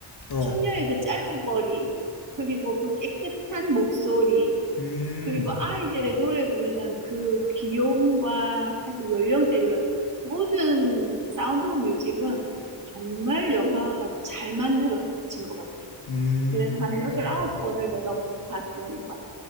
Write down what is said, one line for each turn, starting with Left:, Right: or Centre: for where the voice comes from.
Left: 어.
Right: 소녀의 그 짧은 머리, 그리고 그 깨끗한 목소리,
Left: 음.
Right: 그리고 아이들의 노래 부르는 그 귀여움과 하여튼 연령대별로 모든 사운드 오브 뮤직은 정말 영화가 잘 만들어진 것 같아.
Left: 음.
Right: 그래서 한 여덟, 아홉 번을 내가 봤던 것 같아.